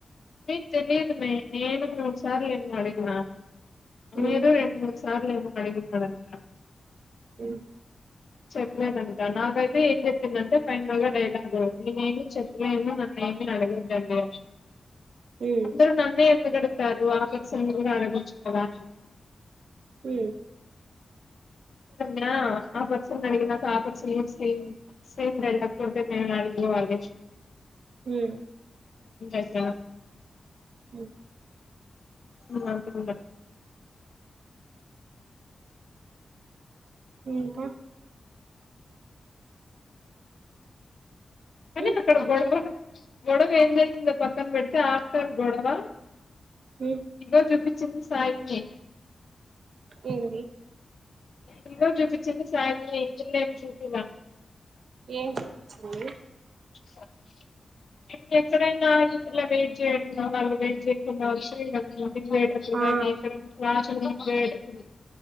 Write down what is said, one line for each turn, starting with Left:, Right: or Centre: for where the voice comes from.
Left: మే తెలిదు మే నేను ఒకసారేమో అడిగిన
Right: ఉమ్
Left: మీరు రెండు మూడ్ స సార్లేమో అడిగినావంట
Right: ఉమ్
Left: చెప్లేదంట నాకైతే ఏం చెప్పిందంటే ఫైనల్గ డైలాగ్ నేనేమి చెప్లేను నాక్ ఏమి అడగొద్దండి
Right: ఉమ్
Left: అందర్ నన్నే ఎందుకు అడుగుతారు ఆ పర్సన్ని కూడా అడగొచ్చు కదా
Right: ఉమ్
Left: నా ఆ పర్సన్ని అడిగినాకా ఆ పర్సన్ కూడా సేమ్ సేమ్ డైలాగ్ గొడ్తే మే ఏడిక్ పోవాలె
Right: ఉమ్
Left: <unintelligible>
Right: ఉహ్
Left: మ్ అంతే ఉండ
Right: ఇంక
Left: కని
Right: ఉమ్
Left: అక్కడ గొడవ గొడవ ఎం జరిగిందో పక్కన పెడ్తే ఆఫ్టర్ ఆల్ గొడవ
Right: ఉమ్
Left: ఇగ్నోర్ చూపించింది సాయి నే
Right: ఏంది
Left: ఇందాక చూపించింది సాయి నే ఈ పిల్లెం చూపిలా
Right: ఏం చూపించావ్ మరీ
Left: సరే మ్ ఇక ఎక్కడైనా ఇలా వెయిట్ చేయడం నా వాళ్ళ వెయిట్ చేయకుండా వస్తే <unintelligible>
Right: ఆ
Left: ఇక్కడేంటి క్లాసు వెయిట్